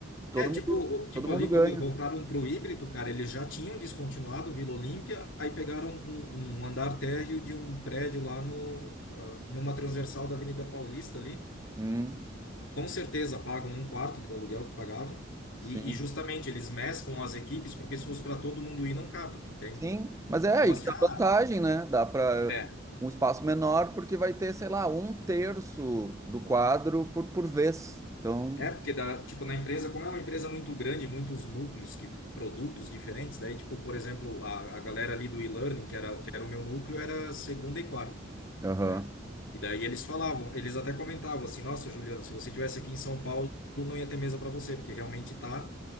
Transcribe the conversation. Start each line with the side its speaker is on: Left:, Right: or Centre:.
Right: todo
Left: É, tipo,
Right: mundo,
Left: tipo
Right: todo mundo
Left: ali
Right: ganha.
Left: quando voltaram pro híbrido, cara, eles já tinham descontinuado o Vila Olímpia, aí pegaram um, um um andar térreo de um prédio lá no, ah, numa transversal da Avenida Paulista ali.
Right: Hum,
Left: Com certeza pagam um quarto do aluguel que pagavam.
Right: sim.
Left: E, e justamente eles mesclam as equipes, porque se fosse para todo mundo ir, não cabe, entende?
Right: Sim, mas é
Left: Então,
Right: aí
Left: assim,
Right: que tá
Left: ah,
Right: a vantagem, né? Dá para
Left: é,
Right: um espaço menor, porque vai ter, sei lá, um terço do quadro por, por vez. Então,
Left: é porque da, tipo, na empresa, como é uma empresa muito grande, muitos núcleos, que, produtos diferentes, daí, tipo, por exemplo, a, a galera ali do e-learning, que era, que era o meu núcleo, era segunda e quarta.
Right: aham.
Left: né? E daí eles falavam, eles até comentavam assim, nossa, Juliana, se você tivesse aqui em São Paulo, não ia ter mesa para você, porque realmente tá